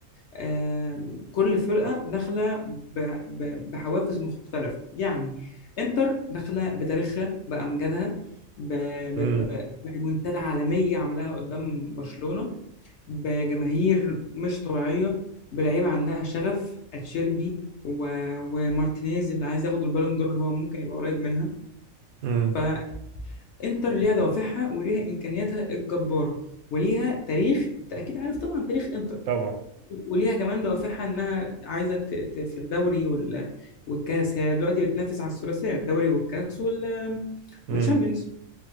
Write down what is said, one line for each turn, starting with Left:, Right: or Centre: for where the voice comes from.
Left: آم، كل فرقة داخلة ب- ب- بحوافز مختلفة يعني انتر داخلة بتاريخها بأمجادها ب-
Right: امم
Left: ب- ب- بريمونتادا عالمية عاملاها قدام برشلونة بجماهير مش طبيعية بلعيبة عندها شغف اتشيربي و... ومارتينيز اللي عايز ياخد البالون دور اللي هو ممكن يبقى قريب منها
Right: امم
Left: فانتر ليها دوافعها وليها امكانياتها الجبارة وليها تاريخ انت اكيد عارف طبعا تاريخ انتر
Right: طبعا
Left: وليها كمان دوافعها انها عايزه ت- ت- في الدوري وال... والكاس هي دلوقتي بتنافس على الثلاثيه الدوري والكاس وال...
Right: امم
Left: والشامبيونز